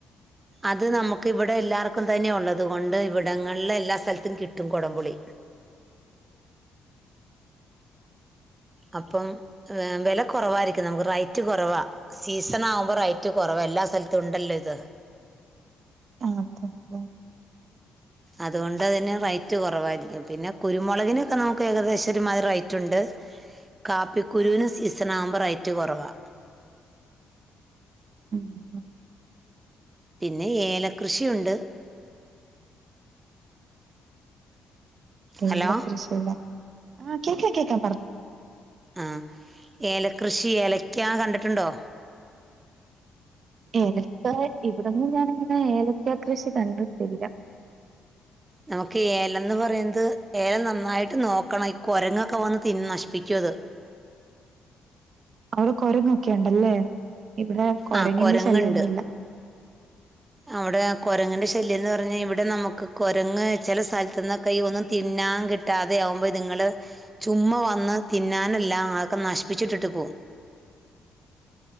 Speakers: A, on the right; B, on the right.
A: അത് നമുക്ക് ഇവിടെ എല്ലാവർക്കും തന്നെ ഉള്ളത് കൊണ്ട് ഇവിടങ്ങളിൽ എല്ലാ സ്ഥലത്തും കിട്ടും കൊടംപുളി അപ്പം വില കുറവായിരിക്കും നമുക്ക് റൈറ്റ് കുറവാ സീസൺ ആകുമ്പോ റേറ്റ് കുറവാ എല്ലാ സ്ഥലത്തും ഉണ്ടല്ലോ ഇത്
B: ആ അത അതെ
A: അതുകൊണ്ട് അതിന് റേറ്റ് കുറവായിരിക്കും പിന്നെ കുരുമുളകിനൊക്കെ നമുക്ക് ഏകദേശം ഒരുമാതിരി റേറ്റ് ഉണ്ട് കാപ്പിക്കുരുവിന് സീസൺ ആവുമ്പ റൈറ്റ് കുറവാ
B: ഉം
A: പിന്നെ ഏലകൃഷിയുണ്ട്
B: ഏല
A: ഹലോ
B: കൃഷി അല്ലെ ആഹ കേൾക്കാ കേൾക്കാ പറഞ്ഞു
A: ആ ഏലകൃഷി ഏലക്കാ കണ്ടിട്ടുണ്ടോ
B: ഏലക്കാ ഇവിടങ്ങും ഞാനങ്ങനെ ഏലക്കാ കൃഷി കണ്ടിട്ടില്ല
A: നമുക്ക് ഏലംന്ന് പറയ്ന്നത് ഏലം നന്നായിട്ട് നോക്കണം ഈ കുരങ്ങൊക്കെ വന്ന് തിന്ന് നശിപ്പിക്കും അത്
B: അവിടെ കൊരങ്ങൊക്കെ ഉണ്ടല്ലേ ഇവിടെ കൊരങ്ങിന്റെ
A: ആ കുരങ്ങുണ്ട്
B: ശല്യം ഒന്നുല്ല
A: അവിടെ കുരങ്ങിന്റെ ശല്യം എന്ന് പറഞ്ഞാൽ ഇവിടെ നമുക്ക് കൊരങ്ങ് ചില സ്ഥലത്ത്ന്ന് ഒക്കെ ഒന്നും തിന്നാൻ കിട്ട കിട്ടാതെ ആവുമ്പൾ ഇത്ങ്ങൾ ചുമ്മാ വന്ന് തിന്നാനെല്ലാം ആകെ നശിപ്പിച്ചിട്ടിട്ട് പോവും